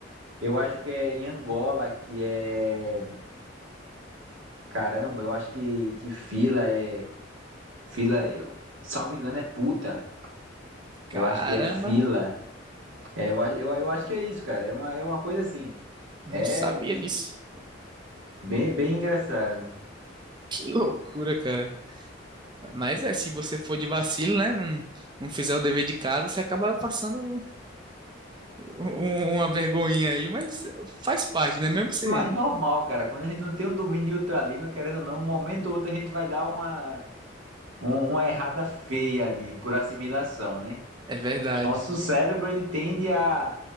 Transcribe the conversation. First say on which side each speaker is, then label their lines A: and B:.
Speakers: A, on the right (about 85°); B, on the right (about 25°).
A: Eu acho que é em Angola que é. Caramba, eu acho que, que fila é. Fila, eu... salvo engano, é puta.
B: Caramba,
A: Eu acho que é fila. É, eu, a- eu, eu acho que é isso, cara. É uma, é uma coisa assim.
B: não
A: É
B: sabia disso.
A: bem, bem engraçado.
B: Que loucura, cara. Mas é, se você for de vacilo, né? Não, não fizer o dever de casa, você acaba passando um- um, uma vergonhinha aí, mas faz parte, né? Mesmo você.
A: Mas normal, cara. Quando a gente não tem um domínio de outra língua, querendo ou não, um momento ou outro a gente vai dar uma, um- uma errada feia ali, por assimilação, né?
B: É verdade.
A: Nosso cérebro, ele tende a